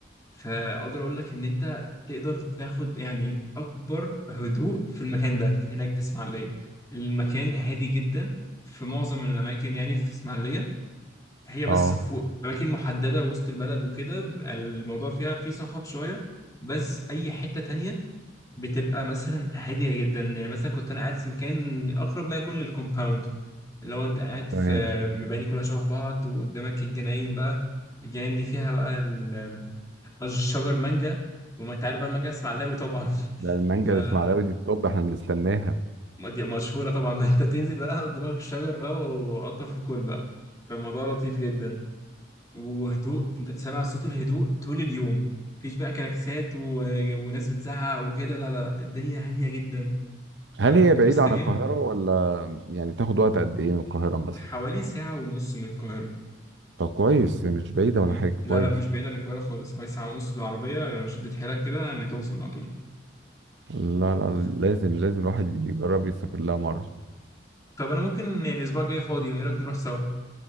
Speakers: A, on the left (about 20°); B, on the right (about 70°).
A: فاقدر اقول لك ان انت تقدر تاخد يعني اكبر هدوء في المكان ده في هناك في اسماعيليه المكان هادي جدا في معظم الاماكن يعني في اسماعيليه هي بس
B: اه
A: في أماكن محددة وسط البلد وكده بيبقى الموضوع فيها فيه صخب شوية بس أي حتة تانية بتبقى مثلا هادية جدا يعني مثلا كنت أنا قاعد في مكان أقرب ما يكون للكومباوند اللي هو أنت قاعد
B: تمام
A: في مباني كلها شبه بعض وقدامك الجناين بقى الجناين دي فيها بقى ال- الشجر مانجا وما أنت عارف بقى المانجا اسماعيلاوي طبعا
B: ده
A: <laughs>
B: المانجا
A: ف
B: الاسماعيلاوي دي التوب احنا بنستناها
A: دي مشهورة طبعا ما أنت تنزل بقى قدامك الشجر بقى وقطف وكل بقى فالموضوع لطيف جدا وهدوء انت تسمع صوت الهدوء طول اليوم مفيش بقى كلاكسات و... وناس بتزعق وكده لا لا لا، الدنيا هادية جدا فلما
B: هل هي
A: كنت
B: بعيدة
A: بستجم
B: عن القاهرة ولا يعني تاخد وقت قد ايه من القاهرة مثلا؟
A: حوالي ساعة ونص من القاهرة
B: طب كويس مش بعيدة ولا
A: م-
B: حاجة كويس
A: لا لا مش بعيد عن القاهرة خالص حوالي ساعة ونص بالعربية لو شديت حيلك كده ان توصل على طول
B: لا لا
A: ف-
B: لازم لازم الواحد يجرب يسافر لها مرة
A: طب انا ممكن يعني الاسبوع الجاي فاضي ايه رأيك نروح سوا